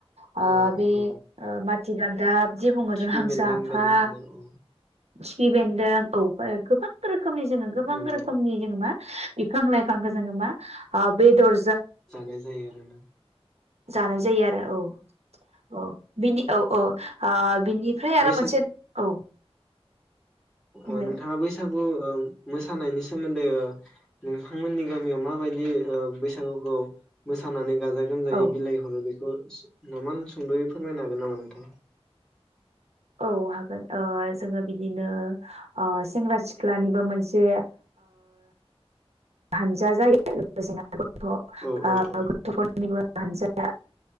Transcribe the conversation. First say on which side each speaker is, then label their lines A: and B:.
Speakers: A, on the right; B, in the centre.
A: ओ
B: औ
A: बे
B: औ
A: ओ माथिगालदाब जे बुंङो
B: खिफि
A: जों हांसो
B: बेन्दों
A: आफा
B: बायदि आरि औ
A: खिफि बेन्दों औ गोबां रोखोमनि जोङो गोबां
B: नंगौ
A: रोखोमनि जोङो मा बिफां लाइफांखौ जोङो मा ओ बेदर
B: जानाय जायो आरो ना।
A: जानाय जायो आरो औ औ बिनि औ औ ओ बिनिफ्राय आरो
B: बैसाग
A: मोनसे औ। बुंलाय
B: औ नोंथाङा बैसागु औ मोसानायनि सोमोन्दै ओ नोंथांमोननि गामियाव माबायदि ओ बैसागुखौ मोसानानै गाजा गोमजायै
A: औ
B: बिलाइ हरो बेखौ। नामान सुंद'यै फोरमायनो हागोन नामा नोंथां?
A: औ‌, हागोन जोंङो बिदिनो सेंग्रा सिख्लानिबो मोनसे हानजा जायो‌ लोगोसेनो <unintelligible> गथ <unintelligible>
B: औ औ औ
A: गथ'फोरनिबो हानजाया